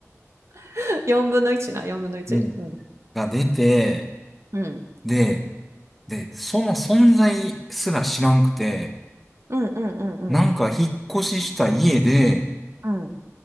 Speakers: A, on the right; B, in the centre.
A: <laughs> 4分の1な、4分の1。
B: うん。
A: うん。
B: が出て、
A: うん。
B: で、で、その存在すら知らんくて、
A: うんうんうん
B: なんか引っ越しした家で、
A: うん。うん。